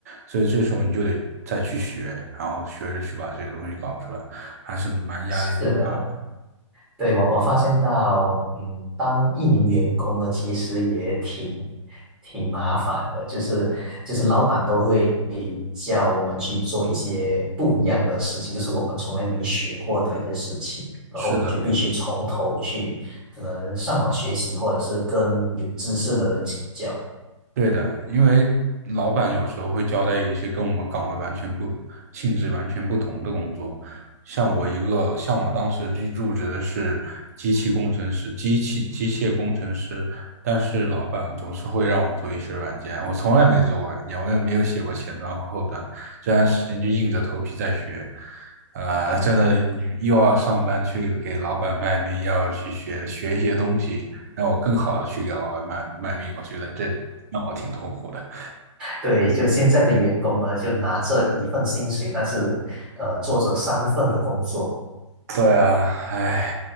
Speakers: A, on the right; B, in the centre.
A: 所以这时候你就得再去学，然后学着去把这些东西搞出来。还是蛮压力挺大的。
B: 是的，对，我我发现到，嗯，当一名员工呢，其实也挺挺麻烦的，就是就是老板都会叫我们去做一些不一样的事情，就是我们从来没学过的一些事情，然后我们就必须从头去，
A: 是的，
B: 可能上网学习，或者是跟有知识的人请教。
A: 对的，因为老板有时候会交代一些跟我们岗位完全不性质完全不同的工作。像我一个，像我当时入职的是机器工程师，机器机械工程师，但是老板总是会让我做一些软件，我从来没做过软件，我也没有写过前端和后端，这段时间就硬着头皮在学。呃，真的，你又要上班去给老板卖命，又要去学学一些东西，让我更好的去给老板卖卖命，我觉得这让我挺痛苦的。
B: 对，就现在的员工呢，就拿着一份薪水，但是呃，做着三份的工作
A: 对啊，唉，